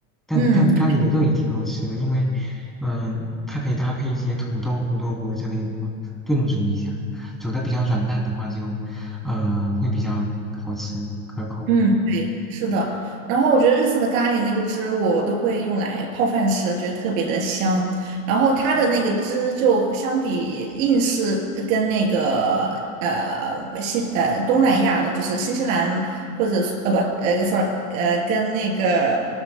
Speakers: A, in the centre; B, on the right (about 75°).
A: 但但咖喱牛肉也挺好吃的，
B: 嗯，
A: 因为，嗯、它可以搭配一些土豆、胡萝卜之类的嘛，炖煮一下，煮的比较软烂的话就，呃，会比较好吃可口。
B: 嗯，对，是的。然后我觉得日式的咖喱那个汁，我都会用来泡饭吃，觉得特别的香。然后它的那个汁就相比印式呃跟那个呃新呃东南亚的，就是新西兰或者是呃不呃 sorry 呃跟那个